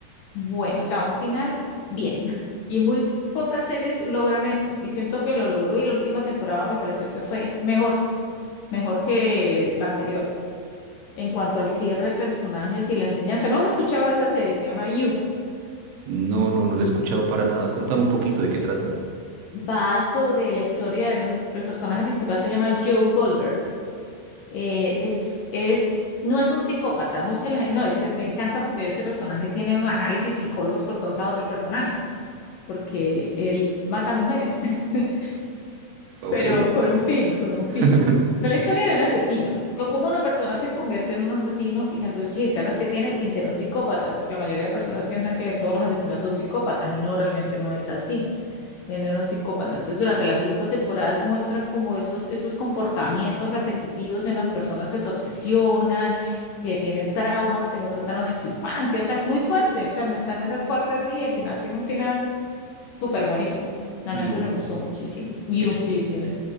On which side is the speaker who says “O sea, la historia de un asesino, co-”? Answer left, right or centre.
Left